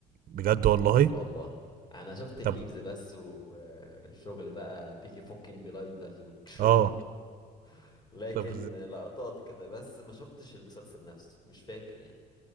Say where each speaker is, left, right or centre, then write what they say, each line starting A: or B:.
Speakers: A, on the right (about 55°); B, on the left (about 25°).
A: بجد والله
B: والله انا شفت الميمز
A: طب
B: بس والشغل بقى بيكي فوكين بلايندرز والشغل
A: اه
B: ده لكن
A: طب
B: لقطات كده بس ما شفتش المسلسل نفسه مش فاكر يعني